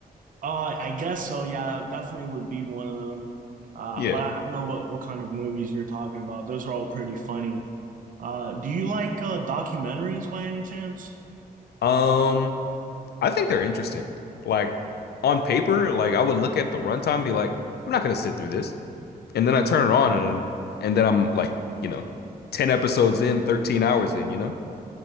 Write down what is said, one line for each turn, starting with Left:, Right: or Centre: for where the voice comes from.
Right: Uh I guess so, yeah, definitely would be one of them. Uh
Left: Yeah.
Right: but I I know what, what kind of movies you're talking about. Those are all pretty funny. Uh do you like uh documentaries by any chance?
Left: Um, I think they're interesting. Like on paper, like I would look at the runtime, and be like, I'm not gonna sit through this. And then I turn it on, and and then I'm like, you know, ten episodes in, thirteen hours in. You know,